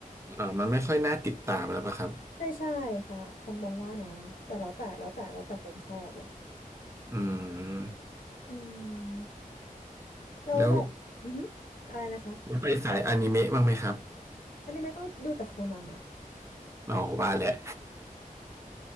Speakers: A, on the right; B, on the left.
A: อ่ามันไม่ค่อยน่าติดตามแล้วปะครับ
B: ใช่ใช่ค่ะต้องมองว่านะแต่แล้วแต่แล้วแต่แล้วแต่คนชอบแหละ
A: อืม
B: อืมแล้วแบบอือหืออะไรนะคะ
A: แล้วแล้วไปสายอนิเมะบ้างไหมครับ
B: อันนี้ไม่ต้องดูแต่โคนันอะ
A: อ๋อว่าแหละ